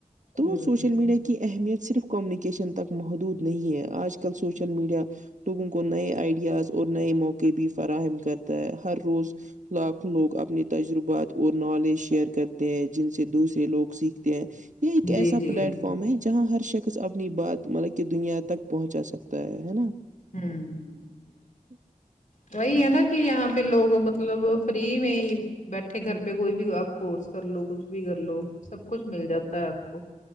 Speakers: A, on the right; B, on the left.
A: تو
B: ہ
A: سوشل میڈیا کی اہمیت صرف کمیونیکیشن تک محدود نہیں ہے آج کل سوشل میڈیا لوگوں کو نئے آئیڈیاز اور نئے موقع بھی فراہم کرتا ہے ہر روز لاکھوں لوگ اپنے تجربات اور نالج شیئر کر ہیں جن سے دوسرے لوگ سیکھتے ہیں یہ ایک
B: جی
A: ایسا
B: جی
A: پلیٹ فارم ہے جہاں ہر شخص اپنی بات مطلب کہ دنیا تک پہنچا سکتا ہے نا
B: ہوں
A: ج
B: وہی ہے نا کہ یہاں پہ لوگ مطلب فری میں بیٹھے گھر پہ کوئی بھی آپ کورس کر لو کچھ بھی کر لو سب کچھ مل جاتا ہے آپ کو